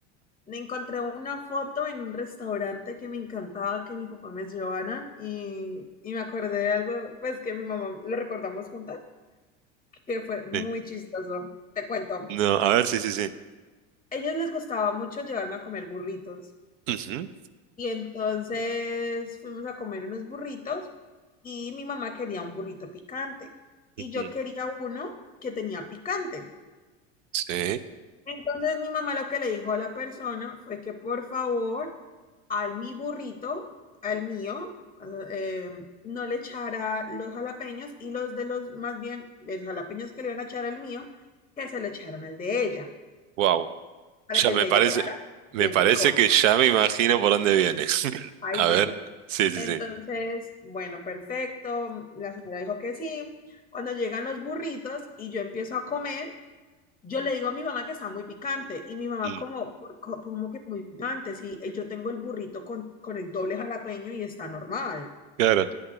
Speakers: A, on the left; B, on the right.
A: me encontré una foto en un restaurante que me encantaba que mi papá me llevaran y, y me acordé de algo, pues que mi mamá lo recordamos juntas, que fue muy
B: Sí.
A: chistoso. Te cuento,
B: No, a ver, sí, sí, sí.
A: ellos les gustaba mucho llevarme a comer burritos
B: Ujú,
A: y entonces fuimos a comer unos burritos y mi mamá quería un burrito picante y
B: ujú.
A: yo quería uno que tenía picante.
B: Sí.
A: Entonces mi mamá lo que le dijo a la persona fue que por favor al mi burrito, al mío, eh, no le echara los jalapeños y los de los, más bien, los jalapeños que le iban a echar al mío, que se lo echaran al de ella,
B: Wow.
A: para
B: Ya
A: que
B: me
A: el de
B: parece,
A: ella quedara bien
B: me parece
A: picoso.
B: que ya me imagino por dónde viene. <laughs>
A: Ahí
B: A
A: vienen.
B: ver, sí, sí,
A: Entonces,
B: sí.
A: bueno, perfecto. La señora dijo que sí. Cuando llegan los burritos y yo empiezo a comer, Yo le digo a mi mamá que está muy picante y mi mamá
B: Mm,
A: como, "¿Por co- ¿cómo que muy picante? Si eh, yo tengo el burrito con, con el doble jalapeño y está normal.
B: Claro.